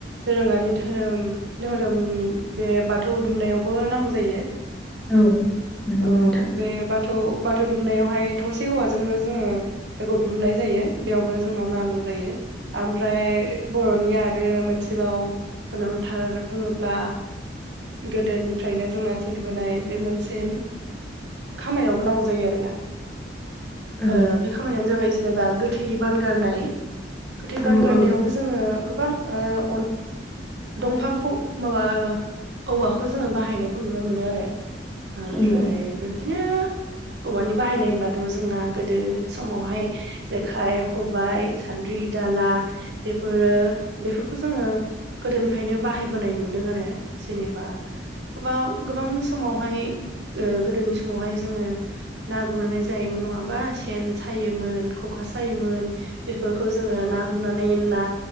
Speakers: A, on the right (about 65°); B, in the centre.
A: दोरोङारि धोरोम धोरोमनि बे बाथौ दुमनायावबो नांगौ जायो
B: औ नंगौ
A: औ
B: नोंथां
A: बे बाथौ बाथौ दुमनायावहाय थसे हौवाजोंनो जोङो बेखौ दुमनाय जायो बेयावबो जोंनाव नांगौ जायो ओमफ्राय बर'नि आरो मोनसेबाव गोनांथार बुङोब्ला गोदोनिफ्रायनो जोंना सोलिबोनाय बे मोनसे खामानियावबो नांगौ जायो आरो ना
B: औ
A: ओ बे खामानियानो जाबाय जेनेबा गोथै बानगारनाय गोथै
B: औ
A: बानगारनायावबो
B: औ
A: जोङो गोबां ओ अन दंफांखौ माबा औवाखौ जोङो बाहायनायखौ नुनो मोनो आरो ओमफ्राय
B: औ
A: बेबायदिनो औवानि बाहायनाय होनबाथ' जोंना गोदो समावहाय जेखाइ खबाइ सान्द्रि दाला बेफोरो बेफोरखौ जोङो गोदोनिफ्रायनो बाहायबोनाय नुदों आरो जेनेबा गोबां गोबां समावहाय ओ गोदोनि समावहाय जोङो ना गुरनाय जायोमोन नङा होमा सेन सायोमोन ख'खा सायोमोन बेफोरखौ जोङो ना हमनानै ना